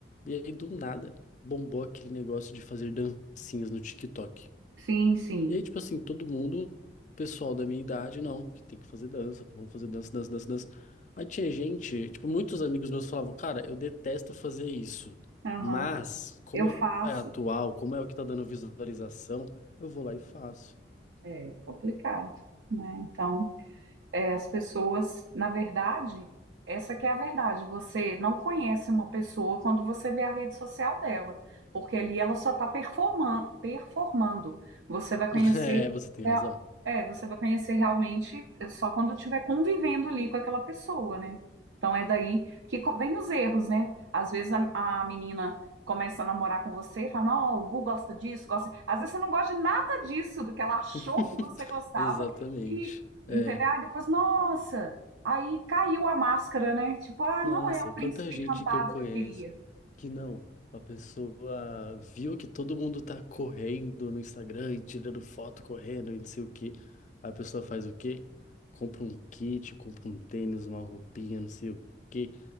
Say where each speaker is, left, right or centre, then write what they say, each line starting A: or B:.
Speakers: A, on the left (about 40°); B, on the right (about 80°).
A: E aí, do nada, bombou aquele negócio de fazer dancinhas no TikTok.
B: Sim, sim.
A: E aí, tipo assim, todo mundo, pessoal da minha idade, não, que tem que fazer dança, vamos fazer dança, dança, dança, dança. Aí tinha gente, tipo, muitos amigos meus falavam, cara, eu detesto fazer isso,
B: Aham.
A: mas como
B: Eu faço,
A: é atual, como é o que tá dando visualização, eu vou lá e faço.
B: é complicado, né? Então, É, as pessoas, na verdade, essa que é a verdade. Você não conhece uma pessoa quando você vê a rede social dela, porque ali ela só está performando, performando. Você vai conhecer,
A: <laughs> É, você tem razão.
B: é, é, você vai conhecer realmente é, só quando estiver convivendo ali com aquela pessoa, né? Então é daí que co- vem os erros, né? Às vezes a, a menina começa a namorar com você e fala, não, o Gu gosta disso, gosta. Às vezes você não gosta de nada disso, do que ela achou
A: <laughs>
B: que você gostava.
A: Exatamente.
B: E,
A: É.
B: Entendeu? Aí depois, nossa, aí caiu a máscara, né? Tipo, ah,
A: Nossa,
B: não é o príncipe
A: quanta gente
B: encantado
A: que eu conheço
B: que eu queria,
A: que não, a pessoa viu que todo mundo tá correndo no Instagram e tirando foto correndo e não sei o quê. A pessoa faz o quê? Compra um kit, compra um tênis, uma roupinha, não sei o quê,